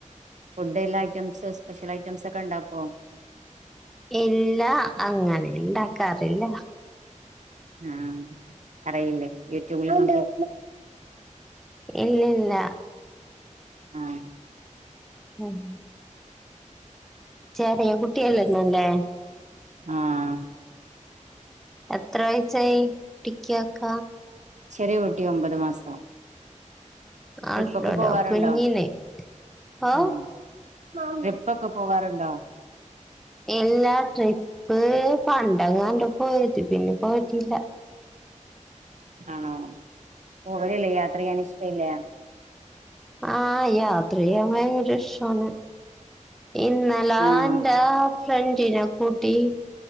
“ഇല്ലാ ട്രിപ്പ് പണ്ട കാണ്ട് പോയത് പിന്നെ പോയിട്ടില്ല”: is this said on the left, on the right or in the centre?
Centre